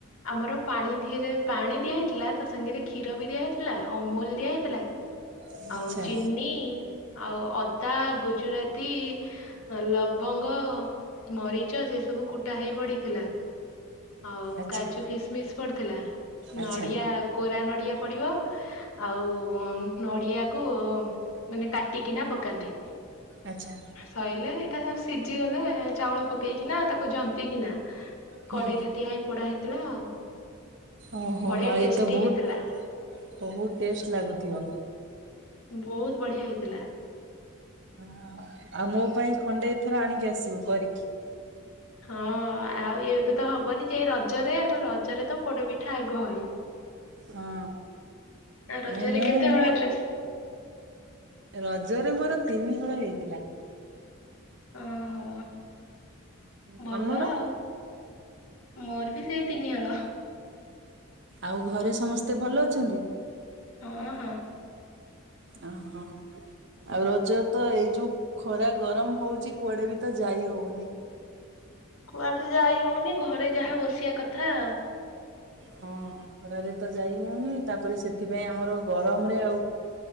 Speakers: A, on the left; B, on the right.
A: ଆମର ପାଣିିରେ ଦିହରେ ପାଣି ଦିଆହଇଥିଲା ତା ସାଙ୍ଗରେ କ୍ଷୀର ବି ଦିଆହଇଥିଲା ଅମୁଲ ଦିଆ ହେଇଥିଲା।
B: ଆଚ୍ଛା
A: ଆଉ ଚିନି ଆଉ ଅଦା ଗୁଜୁରାତି ଲବ ଗ ମରିଚ ସେ ସବୁ କୁଟା ହେଇ ପଡିଥିଲା। ଆଉ
B: ଆଚ୍ଛା
A: କାଜୁ କିସମିସ ପଡିଥିଲା
B: ଆଚ୍ଛା
A: ନଡିଆ କୋରା ନଡିଆ ପଡିବ। ଆଉ ନଡିଆକୁ ମାନେ କାଟିକିନା ପକାନ୍ତି
B: ଆଚ୍ଛା
A: ସଇଲେ ଏଇଟା ସ ଭିଜି ଗଲେ ଚାଉଳ ପକେଇକିନା ତାକୁ ଜନ୍ତି କିିନା
B: ହୁଁ
A: କଡେଇରେ ଦିଆ ହେଇ ପୋଡା ହେଇଥିଲା ଆଉ।
B: ଓହୋ
A: ବଢିଆ
B: ହ ହ
A: ଟେଷ୍ଟି
B: ଏଇତ ବହୁତ
A: ହେଇଥିଲା
B: ବହୁତ ଟେଷ୍ଟ ଲାଗୁଥିବ।
A: ବହୁତ ବଢିଆ ହେଇଥିଲା।
B: <inaudible> ଆଉ ମୋ ପାଇଁ ଖଣ୍ଡେ ଏଥର ଆଣିକି ଆସ ଆସିବୁ କରିକି
A: ହଁ ଆଉ ଏବେ ତ ହବନି ସେ ରଜ ରଜରେ ଆଉ ରଜରେ ତ ପୋଡ ପିଠା ଆଗ ଘ ଇ
B: ହଁ
A: ରଜରେ
B: ନାଇଁ ମୁଁ
A: କେତେ
B: ମୁଁ
A: ହଳ ଡ୍ରେସ୍?
B: ରଜରେ ମୋର ତିନି ଳ ହେଇଥିଲା।
A: ଓହୋ ଭଲ
B: ତମର?
A: ଆଉ ମୋର ବି ସେଇ ତିନି ହଳ।
B: ଆଉ ଘରେ ସମସ୍ତେ ଭଲ ଅଛନ୍ତି?
A: ହଁ ହଁ
B: ଓହୋ ଆଉ ରଜ ତ ଏଇ ଯୋଉ ଖରା ଗରମ ହଉଛି କୁଆଡେ ବି ତ ଯାଇ ହଉନି
A: କୁଆଡେ ଯାଇ ହଉନି ଘରେ ଯାହା ବସିବା କଥା ଆଉ
B: ହଁ ଖରାରେ ତ ଯାଇ ହଉନି ତାପରେ ସେଥିପାଇଁ ଆମର ଗରମରେ ଆଉ